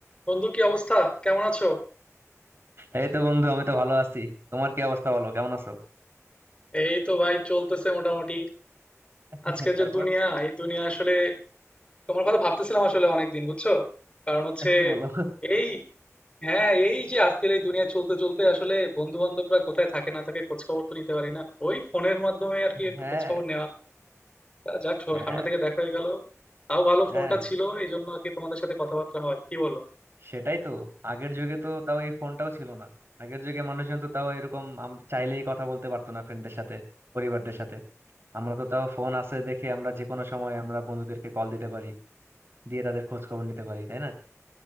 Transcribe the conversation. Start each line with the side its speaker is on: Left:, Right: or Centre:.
Left: বন্ধু কি অবস্থা কেমন আছো
Right: এই তো বন্ধু আমি তো ভালো আছি তোমার কি অবস্থা বলো কেমন আছো
Left: এই তো ভাই চলতেছে মোটামুটি
Right: <laughs>
Left: আজকে
Right: তারপর
Left: যে দুনিয়া এই দুনিয়া আসলে তোমার কথা ভাবতেছিলাম আসলে অনেকদিন বুঝছো কারণ হচ্ছে
Right: কি বলো
Left: এই হ্যাঁ এই যে আজকের এই দুনিয়া চলতে চলতে আসলে বন্ধু বান্ধবরা কোথায় থাকে না থাকে খোঁজ খবর তো নিতে পারি না ওই ফোনের মাধ্যমে আর কি একটু
Right: হ্যাঁ
Left: খোঁজ খবর নেওয়া তা যাক সব
Right: হ্যাঁ
Left: সামনে থেকে দেখা হয়ে গেল তাও ভালো
Right: হ্যাঁ
Left: ফোনটা ছিল এই জন্য আর কি তোমাদের সাথে কথাবার্তা হয় কি বলো
Right: সেটাই তো আগের যুগে তো তাও এই ফোনটাও ছিল না আগের যুগে মানুষজন তো তাও এরকম আম- চাইলেই কথা বলতে পারতো না ফ্রেন্ডদের সাথে পরিবারদের সাথে আমরা তো তাও ফোন আছে দেখে আমরা যে কোনো সময় আমরা বন্ধুদেরকে কল দিতে পারি দিয়ে তাদের খোঁজ খবর নিতে পারি তাই না